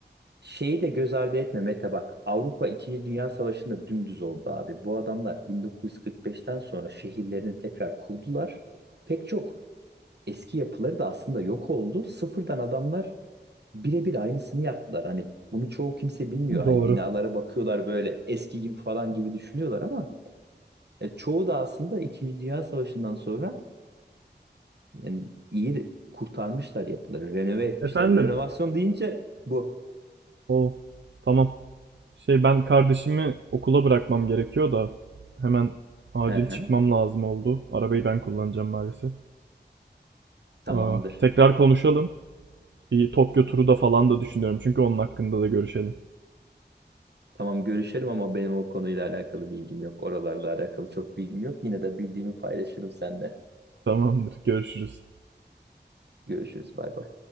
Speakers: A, on the right; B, on the right.
A: şeyi de göz ardı etme Mete bak. Avrupa 2. Dünya Savaşı'nda dümdüz oldu abi. Bu adamlar 1945'ten sonra şehirlerini tekrar kurdular. Pek çok eski yapıları da aslında yok oldu. Sıfırdan adamlar Birebir aynısını yaptılar. Hani bunu çoğu kimse bilmiyor. Hani
B: Doğru.
A: binalara bakıyorlar böyle eski gibi falan gibi düşünüyorlar ama e, çoğu da aslında İkinci Dünya Savaşı'ndan sonra yani iyi kurtarmışlar yapıları, renove etmişler.
B: Efendim,
A: Renovasyon deyince bu.
B: O tamam. Şey ben kardeşimi okula bırakmam gerekiyor da hemen acil
A: Hı hı,
B: çıkmam lazım oldu. Arabayı ben kullanacağım maalesef.
A: tamamdır.
B: Aa, tekrar konuşalım. Bir Tokyo turu da falan da düşünüyorum çünkü onun hakkında da görüşelim.
A: Tamam görüşelim ama benim o konuyla alakalı bilgim yok. Oralarla alakalı çok bilgim yok. Yine de bildiğimi paylaşırım seninle.
B: Tamamdır, görüşürüz.
A: Görüşürüz. Bay bay.